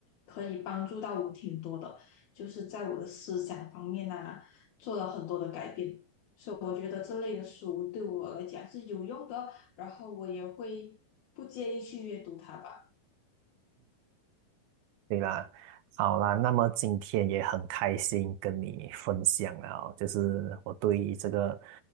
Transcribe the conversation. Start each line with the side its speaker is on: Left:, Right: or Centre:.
Left: 可以帮助到我挺多的，就是在我的思想方面啊，做了很多的改变。所以我觉得这类的书对我来讲是有用的，然后我也会不介意去阅读它吧。
Right: 对啦，好啦，那么今天也很开心跟你分享了哦，就是我对于这个